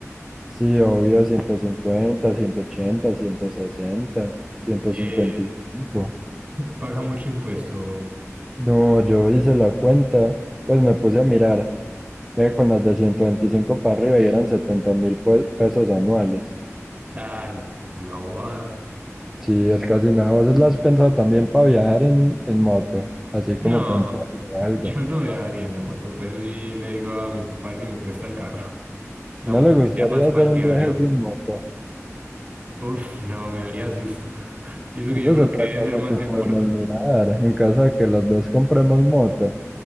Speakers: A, in the centre; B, on the right.
A: Sí, obvio, ciento cincuenta ciento ochenta, ciento sesenta, ciento
B: Eh,
A: cincuenta y cinco.
B: paga mucho impuesto.
A: No, yo hice la cuenta, pues me puse a mirar, eh, con las de 125 para arriba y eran setenta mil pesos anuales.
B: Ah, no, es una bobada.
A: Sí, es casi nada. ¿Vos las has pensado también para viajar en, en moto? Así
B: No,
A: como para un pueblo
B: <laughs>
A: o algo.
B: yo no viajaría en la moto, pues eso sí le digo a mi papá que me presta el carro. La
A: ¿No
B: moto
A: le gustaría
B: sería más para
A: hacer
B: el
A: un
B: diario.
A: viaje sin moto?
B: Uf, no, me daría susto. <laughs> Y eso
A: Esa
B: que yo
A: es
B: creo
A: otra
B: que debe
A: cosa
B: ser más
A: que
B: seguro.
A: podemos mirar, en caso de que los dos compremos moto.